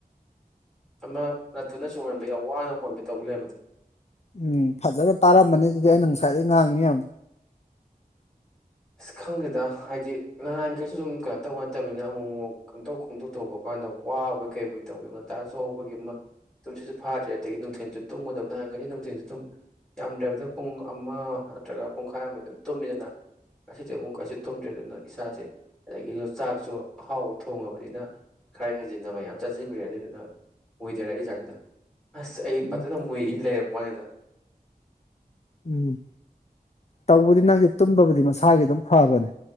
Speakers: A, in the centre; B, on the left.
A: ꯑꯃ ꯅꯠꯇꯅ ꯁꯣꯟ ꯍꯣꯟꯕ ꯌꯥꯝ ꯋꯥꯅ ꯍꯣꯟꯕ ꯇꯧꯕ ꯂꯩ ꯍꯥꯏꯕꯗꯣ
B: ꯎꯝ ꯐꯖꯅ ꯇꯥꯔꯝꯃꯅꯤ ꯑꯗꯨꯗꯤ ꯑꯩꯅ ꯉꯁꯥꯏꯗꯩ ꯉꯥꯡꯉꯤꯅꯦ ꯃꯌꯥꯝꯗ
A: ꯑꯁ ꯈꯪꯗꯦꯗ ꯍꯥꯏꯗꯤ ꯅꯍꯥꯟꯈꯩꯁꯨ ꯁꯨꯝ ꯀꯩꯅꯣ ꯇꯧꯕ ꯅꯠꯇꯕꯅꯤꯅ ꯑꯃꯨꯛ ꯑꯃꯨꯛ ꯈꯪꯇꯧ ꯈꯣꯡꯇꯣꯛ ꯇꯧꯕ ꯀꯥꯟꯗ ꯋꯥꯕꯩ ꯀꯩꯕꯨꯣꯏ ꯇꯧꯕꯤ ꯉꯟꯇꯥ ꯑ ꯆꯍꯧꯕꯒꯤ ꯑꯃ ꯇꯨꯝꯁꯤꯁꯨ ꯐꯥꯗ꯭ꯔꯦ ꯑꯗꯒꯤ ꯅꯨꯡꯊꯤꯜꯁꯨ ꯇꯨꯝꯒꯗꯕ ꯅꯍꯥꯟꯈꯩꯁꯨ ꯅꯨꯡꯊꯤꯟꯁꯨ ꯇꯨꯝ ꯌꯥꯝꯗ꯭ꯔꯕꯗ ꯄꯨꯡ ꯑꯃ ꯅꯠꯇ꯭ꯔꯒ ꯄꯨꯡꯈꯥꯏ ꯑꯃꯗꯤ ꯑꯗꯨꯝ ꯇꯨꯝꯃꯤꯗꯅ ꯑꯁꯤꯁꯨ ꯑꯃꯨꯛꯀꯁꯨ ꯊꯨꯝꯗ꯭ꯔꯦ ꯑꯗꯨꯅ ꯏꯁꯥꯁꯦ ꯑꯗꯒꯤꯁꯨ ꯆꯥꯛꯁꯨ ꯑꯍꯥꯎꯕ ꯊꯣꯡꯉꯕꯅꯤꯅ ꯈꯔ ꯍꯦꯟꯖꯤꯟꯅ ꯃꯌꯥꯝ ꯆꯥꯁꯤꯟꯈ꯭ꯔꯦ ꯑꯗꯨꯗꯨꯅ ꯃꯨꯏꯗꯔ ꯏꯁꯥꯁꯤꯅ ꯑꯁ ꯑꯩ
B: ꯎꯝ
A: ꯐꯖꯅ ꯃꯨꯏ ꯂꯩꯔꯝ ꯋꯥꯅꯤꯗ
B: ꯎꯝ ꯇꯧꯕꯗꯤ ꯅꯪꯗꯤ ꯇꯨꯝꯕꯕꯨꯗꯤ ꯃꯁꯥꯒꯤ ꯑꯗꯨꯝ ꯐꯕꯅꯦ